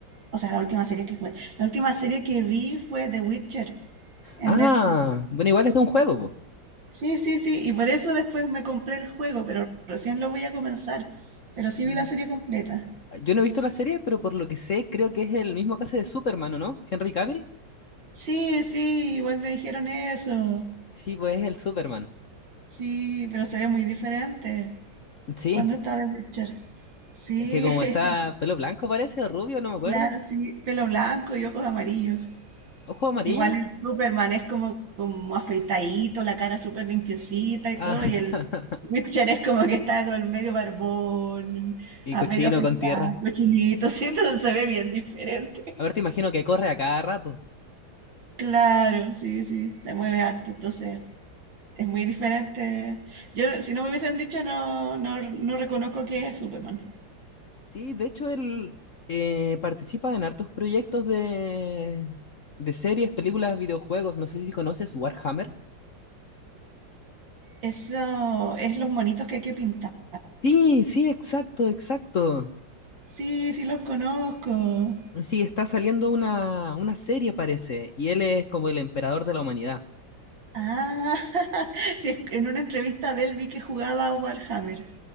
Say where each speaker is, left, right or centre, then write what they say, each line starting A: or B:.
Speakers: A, on the right (about 75°); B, on the left (about 45°).
A: o sea, la última serie que jugué, la última serie que vi fue The Witcher en
B: Ah,
A: Netflix.
B: bueno, igual es de un juego, po.
A: Sí, sí, sí, y por eso después me compré el juego, pero recién lo voy a comenzar. Pero sí
B: Mm.
A: vi la serie completa.
B: Yo no he visto la serie, pero por lo que sé, creo que es el mismo caso de Superman, ¿o no? ¿Henry Cavill?
A: Sí, sí, igual me dijeron eso.
B: Sí, pues es el Superman.
A: Sí, pero se ve muy diferente
B: Sí,
A: cuando está The Witcher. Sí,
B: es que como
A: <laughs>
B: está pelo blanco parece, o rubio, no me acuerdo.
A: claro, sí, pelo blanco y ojos amarillos.
B: Ojo amarillo.
A: Igual el Superman es como, como afeitadito, la cara súper limpiecita y
B: Ah,
A: todo, y el
B: <laughs>
A: Witcher es como que está con medio barbón,
B: y
A: a
B: cochino
A: medio afeitado,
B: con tierra.
A: cochinito, <laughs> sí, entonces se ve bien diferente.
B: A ver, te imagino que corre a cada rato.
A: Claro, sí, sí, se mueve harto, entonces es muy diferente. Yo, si no me hubiesen dicho, no, no, no reconozco que es Superman.
B: Sí, de hecho él eh, participa en hartos proyectos de, de series, películas, videojuegos. No sé si conoces Warhammer.
A: Eso es los monitos que hay que pintar.
B: Sí, sí, exacto, exacto.
A: Sí, sí los conozco.
B: Sí, está saliendo una, una serie, parece, y él es como el emperador de la humanidad.
A: Ah, <laughs> sí, es en una entrevista de él vi que jugaba a Warhammer,